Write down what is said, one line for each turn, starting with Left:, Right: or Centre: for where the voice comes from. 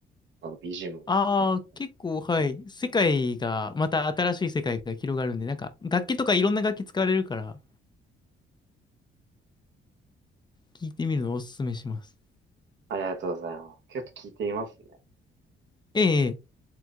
Right: う。あの、BGM
Left: ああ、
Right: 伺って。
Left: 結構、はい。世界が、また新しい世界が広がるんで、なんか、楽器とかいろんな楽器使われるから、聞いてみるのをおすすめします。
Right: ありがとうございます。結構聞いていますね。
Left: ええ。ええ